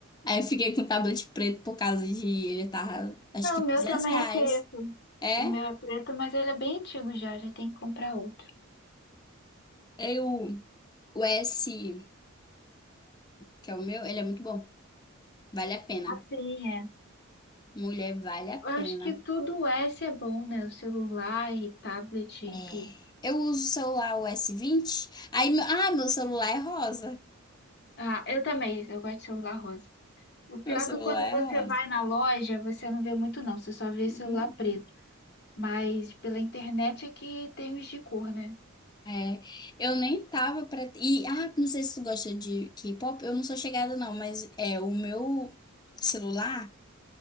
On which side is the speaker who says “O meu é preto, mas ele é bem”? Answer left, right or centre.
Left